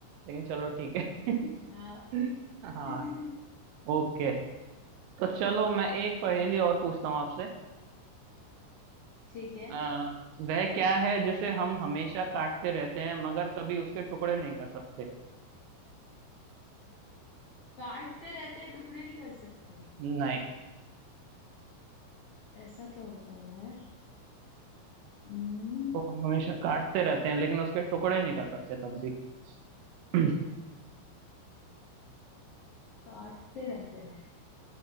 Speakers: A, on the right; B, on the left.
A: लेकिन चलो ठीक है
B: हाँ
A: <laughs>
B: <laughs>
A: हाँ ओके तो चलो मैं एक पहेली और पूछता हूँ आपसे
B: ठीक है
A: आ, वह क्या है जिसे हम हमेशा काटते रहते हैं मगर कभी उसके टुकड़े नहीं कर सकते
B: काटते रहते हैं टुकड़े नहीं कर सकते
A: नहीं
B: ऐसा क्या होता होगा यार हम्म,
A: तो हम हमेशा काटते रहते हैं लेकिन उसके टुकड़े नहीं कर सकते तब भी <clears throat>
B: काटते रहते हैं